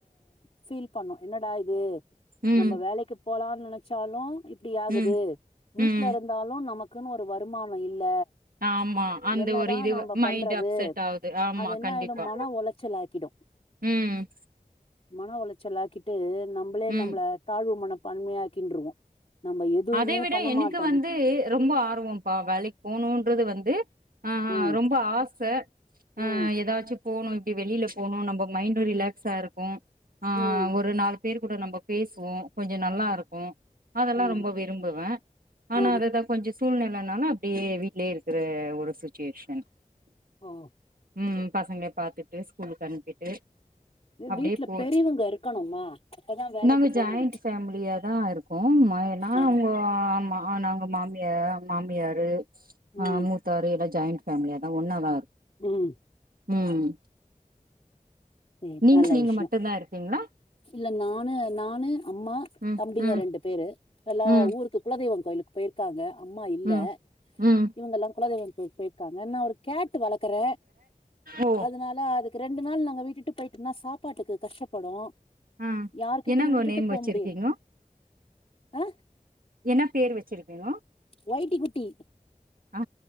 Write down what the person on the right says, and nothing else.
ம்,
ம், ம்.
ஆமா. அந்த
ஒரு இது
மைண்ட் அப்செட் ஆவுது. ஆமா
கண்டிப்பா.
ம்
ம்.
அதை விட
எனக்கு
வந்து ரொம்ப ஆர்வம்ப்பா வேலைக் போணுன்றது வந்து ஆ
ரொம்ப ஆச ஆ
ஏதாச்சு போனு இப்டி வெளியில போனு நம்ம மைண்ட்டு ரிலாக்ஸா இருக்கு ஆ
ஒரு நாள் பத்து பேர் கூட நம்ம பேசுவோ கொஞ்ச நல்லா இருக்கு அதெல்லா
ரொம்ப விரும்புவ ஆனா
அததா கொஞ்ச சூழ்நிலனால அப்டியே வீட்லே இருக்கிற ஒரு சுச்சுவேஷன்
ம் பசங்க பார்த்துட்டு ஸ்கூலுக்கு அனுப்பிட்டு
அப்டியே
போது
நாங்க
ஜாயிண்ட்
ஃபேமிலியாதா இருக் கோ ஏன்னா
அவுங்க நாங்க மாமியார் மாமியாரு ஆ
மூத்தாரு எல்லா ஜாயிண்ட்ஃபேமிலிபஸயாதா ஒன்னாதா இருக்
ம்
நீங்க
நீங்க
மட்டுந்தா இருக்கீங்களா
ம்
ம்
ம்
ம் ம்
ஓ
ஆ
என்னங்கோ
நேம்
வச்சிருக்கீங்கோ
என்ன பேர் வச்சிருக்கிங்கோ
ஆ